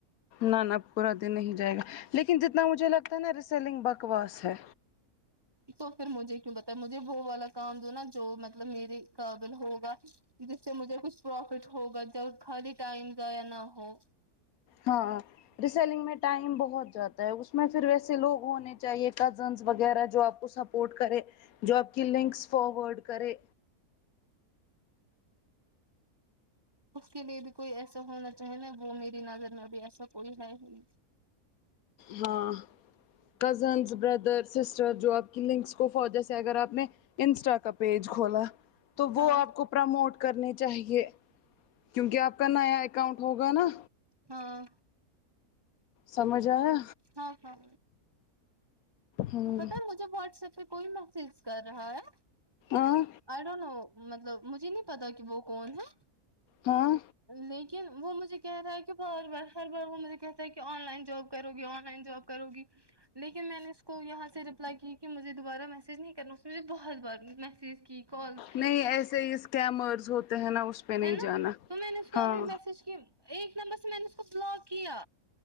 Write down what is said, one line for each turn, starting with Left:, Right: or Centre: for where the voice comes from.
Left: نا نا پورا دن نہیں جائے گا لیکن جتنا مجھے لگتا ہے نا ریسیلنگ بکواس ہے
Right: تو پھر مجھے کیوں بتا مجھے وہ والا کام دو نا جو مطلب میرے قابل ہوگا جس سے مجھے کچھ پروفٹ ہوگا جب خالی ٹائم ضایہ نہ ہو
Left: ہاں ریسیلنگ میں ٹائم بہت جاتا ہے اس میں پھر ویسے لوگ ہونے چاہیے کزنس وغیرہ جو آپ کو سپورٹ کرے جو آپ کی لنکس فاروڈ کرے
Right: اس کے لیے بھی کوئی ایسا ہونا چاہے نا وہ میری نظر میں بھی ایسا کوئی نہیں
Left: وہاں کزنس بردر سسٹر جو آپ کی لنکس کو فوجے سے اگر آپ نے انسٹا کا پیج کھولا تو
Right: ہاں
Left: وہ آپ کو پرموٹ کرنے چاہیے کیونکہ آپ کا نیا اکاؤنٹ ہوگا نا
Right: ہاں
Left: سمجھ آیا
Right: ہاں ہاں
Left: ہوں
Right: پتا ہے مجھے واٹسپ پھر کوئی میسج کر رہا ہے
Left: آں
Right: آئی ڈونٹ نو مطلب مجھے نہیں پتا کہ وہ کون ہے
Left: ہاں
Right: لیکن وہ مجھے کہہ رہا ہے کہ بار بار ہر بار وہ مجھے کہتا ہے کہ آن لائن جاب کرو آن لائن جاب کرو گی لیکن میں نے اس کو یہاں سے رپلائی کی کہ مجھے دوبارہ میسج نہیں کرنا اس نے مجھے بہت بار میسج کی کالس کی
Left: نہیں ایسے ہی اسکامرض ہوتے ہیں نا اس پہ نہیں
Right: ہے نا
Left: جانا
Right: تو میں نے اس کو
Left: ہاں
Right: ابھی میسج کی ایک نمبر سے میں نے اس کو بلاک کیا